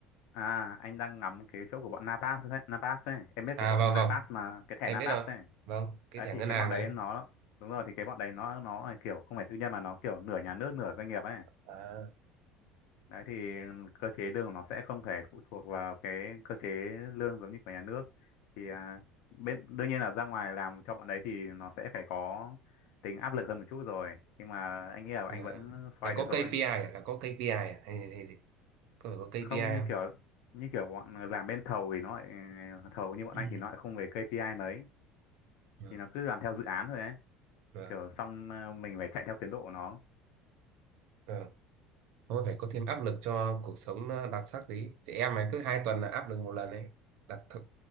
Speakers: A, on the left; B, on the right.
A: à, anh đang ngắm cái chỗ của bọn Napas đấy, Napas ấy. Em biết
B: à
A: cái bọn
B: vâng
A: Napas
B: vâng
A: mà cái
B: em
A: thẻ Napas
B: biết rồi
A: ấy.
B: vâng cái
A: đấy
B: thẻ
A: thì
B: ngân
A: cái
B: hàng
A: bọn đấy
B: đấy
A: nó đúng rồi thì cái bọn đấy nó nó là kiểu không phải tư nhân mà nó kiểu nửa nhà nước nửa doanh nghiệp ấy
B: à,
A: đấy thì cơ chế lương của nó sẽ không thể phụ thuộc vào cái cơ chế lương giống như của nhà nước thì à, bên đương nhiên là ra ngoài làm cho bọn đấy thì nó sẽ phải có tính áp lực hơn một chút rồi nhưng mà anh nghĩ là
B: là
A: anh vẫn xoay
B: là
A: được
B: có
A: thôi
B: KPI à? là có KPI à? hay hay gì có phải có KPI
A: không như
B: không
A: kiểu như kiểu bọn làm bên thầu thì nó lại thầu như bọn
B: Ừ.
A: anh thì nó lại không về KPI mấy
B: Vâng,
A: thì nó cứ làm theo dự án thôi ấy
B: vâng,
A: kiểu xong ờ, mình phải chạy theo tiến độ của nó
B: vâng. Thôi phải có thêm áp lực cho cuộc sống nó đặc sắc tí. thì em này cứ hai tuần là áp lực một lần ấy. Đặc thực